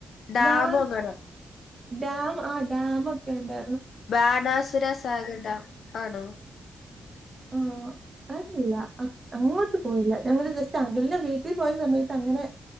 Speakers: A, on the left; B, on the right.
A: ഡാമോ
B: ഗാ
A: എങ്ങാനോ
B: ഡാം ആഹ് ഡാം ഒക്കെ ഉണ്ട്.
A: ബാണാസുര സാഗർ ഡാം ആണോ?
B: ആ <unintelligible> അങ്ങോട്ട് പോയില്ല ഞങ്ങള് ജസ്റ്റ് അങ്കിളിന്റെ വീട്ടിൽ പോയ സമയത്ത് അങ്ങനെ